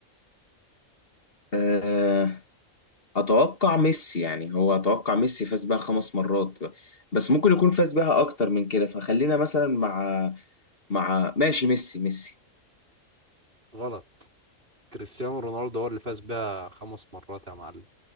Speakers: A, on the left; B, on the right.
A: آه، اتوقع ميسي يعني هو اتوقع ميسي فاز بها خمس مرات بس ممكن يكون فاز بها اكتر من كده فخلينا مثلا مع مع ماشي ميسي ميسي
B: غلط كريستيانو رونالدو هو اللي فاز بيها خمس مرات يا معلم